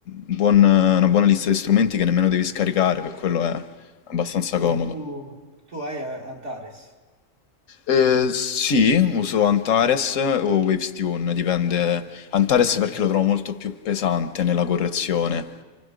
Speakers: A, on the left; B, on the right.
A: buon- una buona lista di strumenti che nemmeno devi scaricare, per quello è abbastanza
B: sì,
A: comodo.
B: tu, tu hai a- Antares.
A: Eh, sì, uso Antares o
B: Sì.
A: Wavestune, dipende. Antares perché
B: Mm,
A: lo trovo molto più pesante nella correzione.